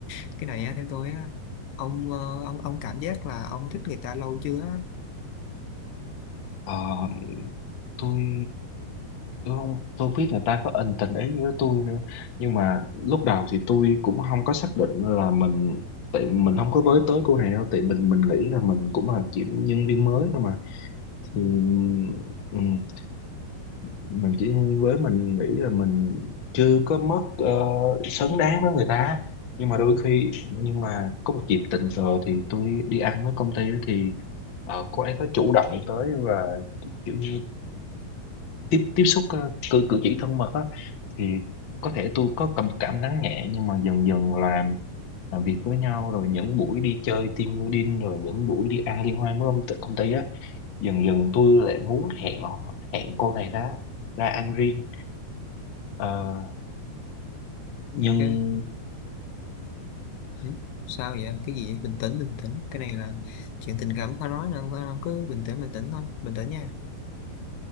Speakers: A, on the left (about 85°); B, on the left (about 50°).
A: <laughs> cái này á, theo tôi á, ông ờ, ông ông cảm giác là ông thích người ta lâu chưa? á?
B: Ờ, tôi tôi không tôi biết người ta có ân tình ý với tôi nữa nhưng mà lúc đầu thì tôi cũng không có xác định là mình tại mình không có với tới cô này đâu tại mình mình nghĩ là mình cũng là chỉ nhân viên mới thôi mà
A: Ừ,
B: thì ừm, mình chỉ nhân viên mới mình nghĩ là mình chưa có mất ờ, xứng đáng với người ta nhưng mà đôi khi nhưng mà có một dịp tình cờ thì tôi đi ăn với công ty ấy, thì ờ, cô ấy có chủ động tới và kiểu như tiếp tiếp xúc ờ, cử cử chỉ thân mật á thì có thể tôi có cảm cảm nắng nhẹ nhưng mà dần dần làm làm việc với nhau rồi những buổi đi chơi team building rồi những buổi đi ăn liên hoan với công ty, công ty á dần dần tôi lại muốn hẹn họ- hẹn cô này ra ra ăn riêng Ờ,
A: ok.
B: nhưng
A: Ừ, Sao vậy? Cái gì vậy? Bình tĩnh bình tĩnh. Cái này là chuyện tình cảm khó nói nên ông cứ bình tĩnh bình tĩnh thôi, bình tĩnh nha.